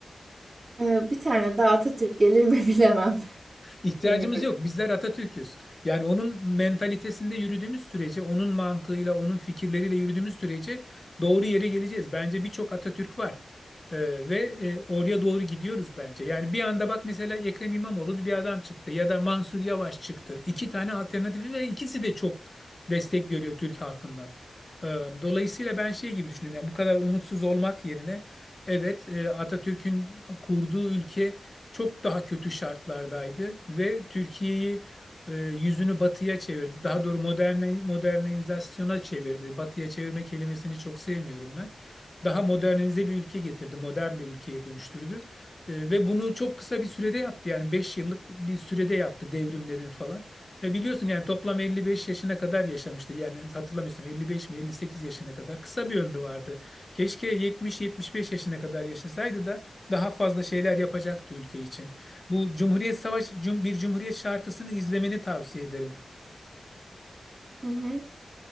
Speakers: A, on the right; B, on the left.
A: Ee, bir tane daha Atatürk gelir mi <laughs> bilemem.
B: İhtiyacımız
A: Bilemiyorum.
B: yok. Bizler Atatürk'üz. Yani onun mentalitesinde yürüdüğümüz sürece, onun mantığıyla, onun fikirleriyle yürüdüğümüz sürece doğru yere geleceğiz. Bence birçok Atatürk var. Ee, ve e, oraya doğru gidiyoruz bence. Yani bir anda bak mesela Ekrem İmamoğlu bir adam çıktı ya da Mansur Yavaş çıktı. İki tane alternatifi ve ikisi de çok destek görüyor Türk halkından. Ee, dolayısıyla ben şey gibi düşünüyorum. Yani bu kadar umutsuz olmak yerine evet e, Atatürk'ün kurduğu ülke çok daha kötü şartlardaydı ve Türkiye'yi e, yüzünü batıya çevirdi. Daha doğru moderne, modernizasyona çevirdi. Batıya çevirme kelimesini çok sevmiyorum ben. Daha modernize bir ülke getirdi, modern bir ülkeye dönüştürdü. E, ve bunu çok kısa bir sürede yaptı. Yani 5 yıllık bir sürede yaptı devrimlerini falan. E, biliyorsun yani toplam 55 yaşına kadar yaşamıştı. Yani hatırlamıyorsam 55 mi 58 yaşına kadar kısa bir ömrü vardı. Keşke 70-75 yaşına kadar yaşasaydı da daha fazla şeyler yapacaktı ülke için. Bu Cumhuriyet Savaşı cum- bir Cumhuriyet şarkısını izlemeni tavsiye ederim.
A: Hı hı.